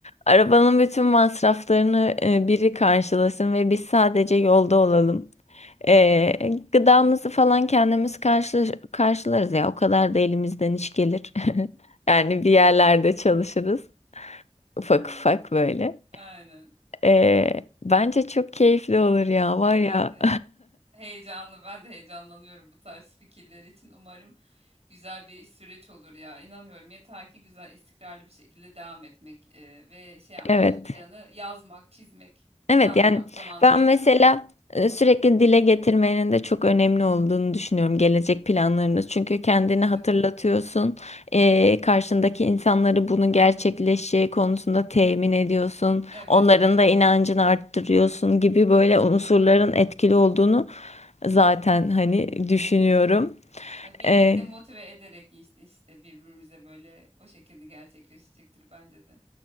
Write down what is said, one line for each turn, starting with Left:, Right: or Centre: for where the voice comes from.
Left: Arabanın bütün masraflarını e, biri karşılasın ve biz sadece yolda olalım. E, gıdamızı falan kendimiz karşı, karşılarız ya. O kadar da elimizden iş gelir. <laughs> Yani bir yerlerde çalışırız. Ufak
Right: <laughs>
Left: ufak böyle.
Right: Aynen.
Left: E, bence çok keyifli olur ya var
Right: Evet
Left: ya.
Right: ya. Heyecanlı. Ben de heyecanlanıyorum bu tarz fikirler için. Umarım güzel bir süreç olur ya. İnanıyorum. Yeter ki güzel, istikrarlı bir şekilde devam etmek e, ve şey yapmak,
Left: <laughs> Evet.
Right: o planı yazmak, çizmek,
Left: Evet
Right: planlamak
Left: yani
Right: tam anlamıyla
Left: ben mesela
Right: kafada.
Left: e, sürekli dile getirmenin de çok önemli olduğunu düşünüyorum gelecek planlarında. Çünkü kendini hatırlatıyorsun,
Right: Tabii.
Left: e, karşındaki insanları bunun gerçekleşeceği konusunda temin ediyorsun,
Right: Evet,
Left: onların
Right: evet.
Left: da inancını arttırıyorsun gibi böyle
Right: Kesinlikle.
Left: unsurların etkili olduğunu zaten hani düşünüyorum.
Right: Evet. Ya birlikte
Left: E,
Right: motive ederek işte işte birbirimize böyle o şekilde gerçekleşecektir bence de.